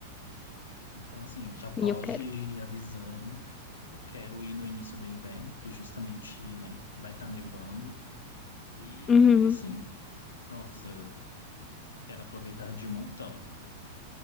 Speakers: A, on the left; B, on the left.
A: Então, assim, já pode
B: Sim, eu quero.
A: ir avisando. Eu quero ir no início do inverno, porque justamente, né, vai estar nevando. E,
B: Uhum.
A: assim. Nossa, Quero aproveitar de montão.